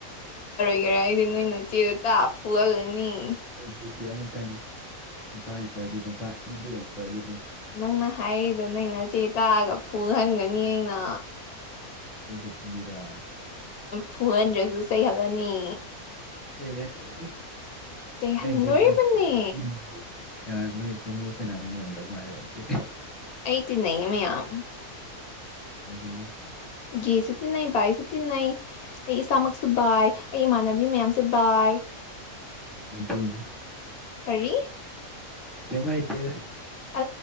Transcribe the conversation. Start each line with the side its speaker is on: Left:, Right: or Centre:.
Left: ꯍꯥꯏꯒꯦꯔ ꯑꯩꯗꯤ ꯅꯣꯏꯅꯣ ꯆꯦꯗ ꯇ ꯐꯨꯍꯜꯂꯅꯤ
Centre: ꯑꯩꯗꯤ ꯑꯃꯇꯪ ꯅꯨꯄꯥ ꯑꯣꯏꯅ ꯄꯥꯔꯗꯤ ꯅꯨꯄꯥ ꯅꯨꯄꯤ ꯑꯣꯏꯅ ꯄꯔꯗꯤ
Left: ꯅꯪꯅ ꯍꯥꯏꯔꯤꯗ ꯅꯪꯩꯅ ꯆꯦ ꯇꯥꯛꯑꯒ ꯐꯨꯍꯟꯒꯅꯤ ꯑꯩꯅ
Centre: ꯏꯐꯨꯁꯨ ꯐꯨꯕꯤꯔꯣꯏ
Left: ꯐꯣꯔ ꯍꯟꯗ꯭ꯔꯦꯗꯁꯨ ꯆꯩꯍꯜꯂꯅꯤ
Centre: ꯆꯩꯔꯅꯤ
Left: ꯆꯩꯍꯟꯗꯣꯔꯤꯕꯅꯦ
Centre: ꯅꯪꯖꯦ ꯅ ꯎ ꯀꯅꯥ ꯅꯣꯏ ꯍꯣꯡꯒꯣꯛ ꯀꯅꯥꯝ ꯂꯩꯔꯝꯗꯧ ꯃꯥꯜꯂꯦ ꯑꯗꯨꯗꯤ
Left: ꯇꯅ ꯏꯃꯌꯥꯝꯌꯥꯝ
Centre: ꯇꯗꯒꯤ
Left: ꯒꯤꯁꯨ ꯇꯤꯟꯅꯩ ꯚꯥꯏꯁꯨ ꯇꯤꯟꯅꯩ ꯑꯩ ꯏꯁꯥꯃꯛꯁꯨ ꯕꯥꯏ ꯑꯩ ꯏꯃꯥꯟꯅꯕꯤ ꯃꯌꯥꯝꯁꯨ ꯕꯥꯏ
Centre: ꯤꯟ
Left: ꯀꯔꯤ
Centre: ꯀꯃꯥꯏꯇꯦ
Left: ꯑ